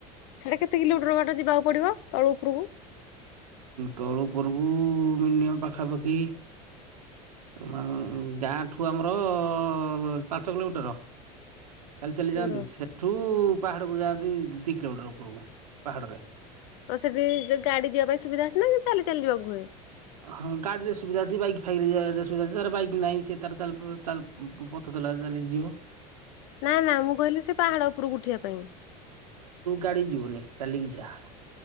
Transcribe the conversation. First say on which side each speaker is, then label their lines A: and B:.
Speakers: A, on the left (about 65°); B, on the right (about 80°).
A: ସେଇଟା କେତେ କିଲୋମିଟର ଯିବାକୁ ପଡିବ? ତଳୁ ଉପରକୁ?
B: ତଳୁ ଉପରକୁୁ ମିନିି ମମ୍ ପାଖାପାଖି ଅ ଗାଁଠୁ ଆମର ଅ ପାଞ୍ଚ କିଲୋମିଟର। ଚାଲି ଚାଲି
A: ହଁ
B: ଯାଆନ୍ତି ସେଠୁ ପାହାଡକୁ ଯାଆନ୍ତି ଦି ଦି କିଲୋମିଟର ଉପରକୁ ପାହାଡ଼ରେ।
A: ଆଉ ସେଠି ଗାଡି ଯିବା ପାଇଁ ସୁବିଧା ଅଛି ନା ଚାଲି ଚାଲି ଯିବାକୁ ହୁଏ?
B: ହଁ ଗାଡିର ସୁବିଧା ଅଛି ବାଇକ୍ ଫାଇକ ଏ ସୁବିଧା ଅଛି ଯାର ବାଇକ ନାହିଁ ସେ ତାର ଚାଲି ପ ଚଲା ଚାଲି ଯିବ।
A: ନା ନା ମୁଁ କହିଲି ସେ ପାହାଡ ଉପରକୁ ଉଠିବା ପାଇଁ।
B: ଗାଡି ଯିବନି ଚାଲିକି ଯାଆ।